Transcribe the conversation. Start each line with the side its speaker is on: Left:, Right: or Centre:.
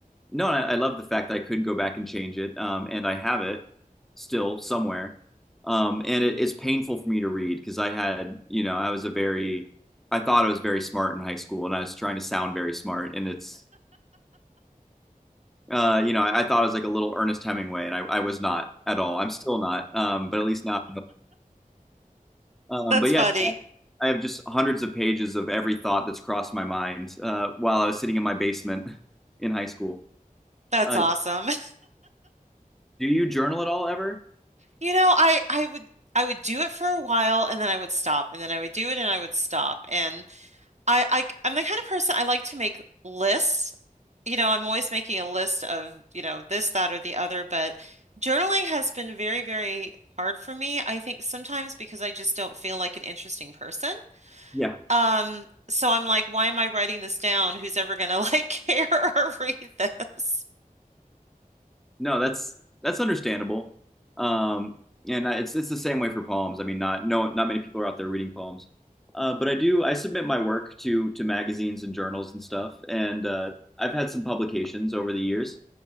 Centre: no, I, I love the fact that I could go back and change it, um, and I have it still somewhere. Um, and it, it's painful for me to read because I had, you know, I was a very, I thought I was very smart in high school, and I was trying to sound very smart, and it's, uh, you know, I, I thought I was like a little Ernest Hemingway, and I, I was not at all. I'm still not, um, but at least now. Um,
Right: that's
Centre: but
Right: funny.
Centre: yeah, I have just hundreds of pages of every thought that's crossed my mind uh, while I was sitting in my basement <laughs> in high school.
Right: That's
Centre: Uh,
Right: awesome. <laughs>
Centre: do you journal at all ever?
Right: You know, I, I would, I would do it for a while and then I would stop and then I would do it and I would stop. And I, I, I'm the kind of person I like to make lists. you know, I'm always making a list of, you know, this, that, or the other, but journaling has been very, very hard for me. I think sometimes because I just don't feel like an interesting person.
Centre: Yeah.
Right: Um, so I'm like, why am I writing this down? Who's ever gonna like <laughs> care or read this?
Centre: No, that's that's understandable. Um, and I- it's it's the same way for poems. I mean, not no not many people are out there reading poems. Uh, but I do I submit my work to to magazines and journals and stuff, and uh, I've had some publications over the years.